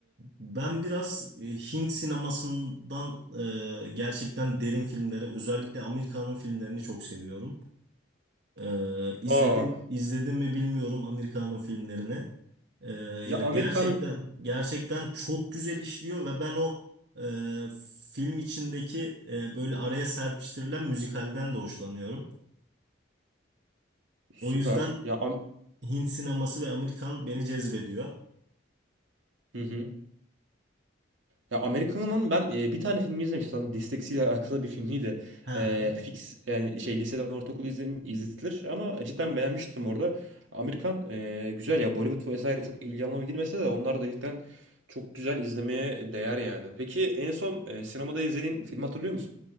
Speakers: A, on the right; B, on the right.
A: ben biraz e, Hint sinemasından e, gerçekten derin filmleri özellikle Amerikan'ın filmlerini çok seviyorum. Ee, izledin
B: Aa.
A: izledin mi bilmiyorum Amerika'nın filmlerini. Ee,
B: Ya
A: ya
B: Amerika'nın
A: gerçekten gerçekten çok güzel işliyor ve ben o e, film içindeki e, böyle araya serpiştirilen müzikalden de hoşlanıyorum.
B: süper.
A: O yüzden
B: Ya Am-
A: Hint sineması ve Amerikan beni cezbediyor.
B: Hı hı. Ya Amerikan'ın ben e, bir tane filmi izlemiştim. Sanırım disleksiyle <laughs> alakalı bir filmiydi.
A: Hı
B: E,
A: hı.
B: fix yani şey lisede ortaokul izle, izletilir ama cidden beğenmiştim orada. Amerikan e, güzel ya Bollywood vesaire çok ilgi alanıma girmese de onlar da cidden çok güzel izlemeye değer yani. Peki en son e, sinemada izlediğin filmi hatırlıyor musun?